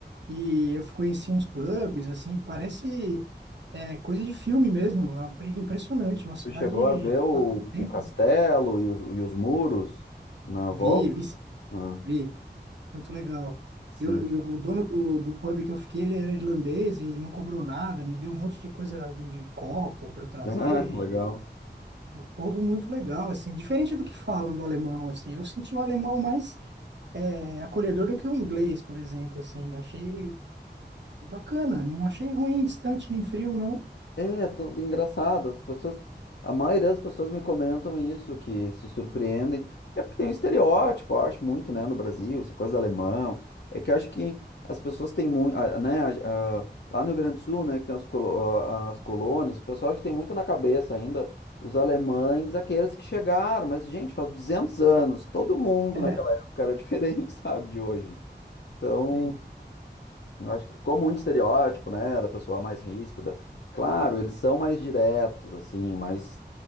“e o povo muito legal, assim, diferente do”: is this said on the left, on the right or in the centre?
Right